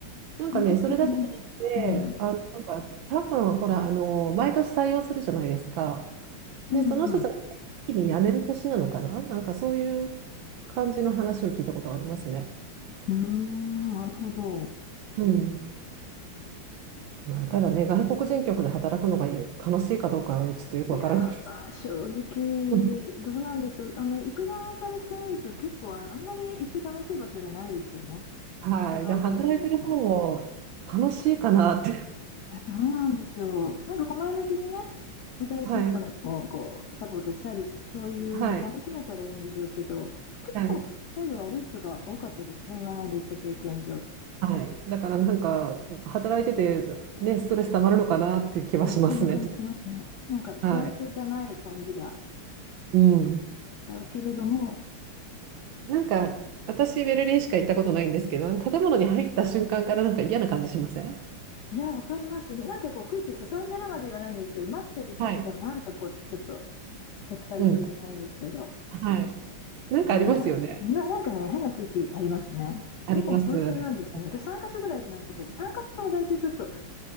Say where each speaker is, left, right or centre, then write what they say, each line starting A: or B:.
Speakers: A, on the right; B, on the left.
A: なんかね、
B: 全国的に。
A: それだけじゃなく
B: うん。
A: て、あの、なんか、多分ほら、あの、毎年採用するじゃないですか。
B: うんうん。
A: で、その人たちが一気に辞める年なのかななんかそういう感じの話を聞いたことがありますね。
B: うーん、なるほど。
A: うん。まあ、ただね、外国人局で働くのが楽しいかどうかはちょっとよくわからないです。
B: いやー、正直、
A: <laughs> ん
B: どうなんでしょう。あの、行く側からしてみると、結構あ、あんまり行って楽しい場所じゃないですよね。
A: はい。
B: 行く側からすると。
A: で、働いてる方も楽しいかなって。
B: いや、どうなんでしょう。なんかこう前向きにね、新しい人をこうサポートしたり、
A: はい。
B: そういうの楽しめたらいいんでしょうけど、
A: はい。
B: 結構態度悪い人が多かったですね、
A: はい。
B: 今まで行った経験上。
A: はい。だからなんか、働いてて、ね、ストレス溜まるのかなっていう気はしますね。
B: そう、そんな感じしますね。なんか幸せじゃない感じが
A: はい。うん。
B: しちゃうけれども、
A: なんか、私、ベルリンしか行ったことないんですけど、建物に入った瞬間からなんか嫌な感じしません
B: いや、わかります。なんかこう空気すさんでるまで言わないんですけど、待ってる人とかもなんかこうちょっと
A: はい。
B: ふてくされてるじゃないですけど、
A: うん。はい。なんかありますよね。
B: ね、な、なんかね、変な空気ありますね。
A: あります。
B: どこも共通なんですね。私3カ所ぐらい行きましたけど、3カ所とも大体ちょっと、